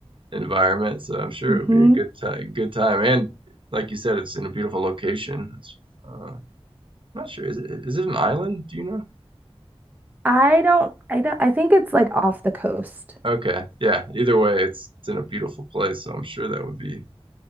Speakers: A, on the right (about 55°); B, on the right (about 15°).
A: environment. So I'm sure
B: Mhm.
A: it would be a good time, good time. And like you said, it's in a beautiful location. It's, uh, I'm not sure. Is it is it an island? Do you know?
B: I don't I don't I think it's like off the coast.
A: Okay. Yeah. Either way, it's it's in a beautiful place. So I'm sure that would be